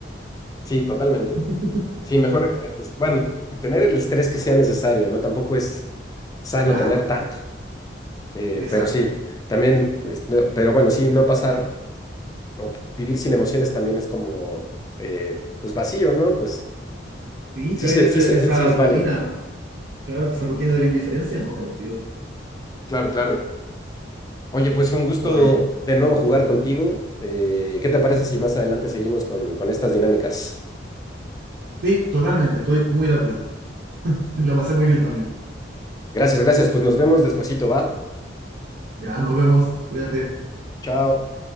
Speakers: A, on the left; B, on the right.
A: sí, totalmente.
B: <laughs>
A: Sí, mejor, eh, es- bueno, tener el estrés que sea necesario, ¿no? Tampoco es sano
B: Claro,
A: tener tanto, eh,
B: exacto.
A: pero sí, también, este, pero bueno, sí, no pasar o vivir sin emociones también es como, eh, pues vacío, ¿no? Pues
B: Sí,
A: sí,
B: caer
A: se-
B: esa,
A: sí, se-
B: esa
A: sí es
B: rutina,
A: válido.
B: claro, esa rutina de la indiferencia, no, qué aburrido.
A: Claro, claro. Oye, pues un gusto
B: Oye,
A: de nuevo jugar contigo. Eh, ¿qué te parece si más adelante seguimos con, con estas dinámicas?
B: Sí, totalmente, estoy muy de acuerdo. Lo pasé muy bien también.
A: Gracias, gracias. Pues nos vemos despuesito, ¿va?
B: Ya, nos vemos. Cuídate.
A: Chao.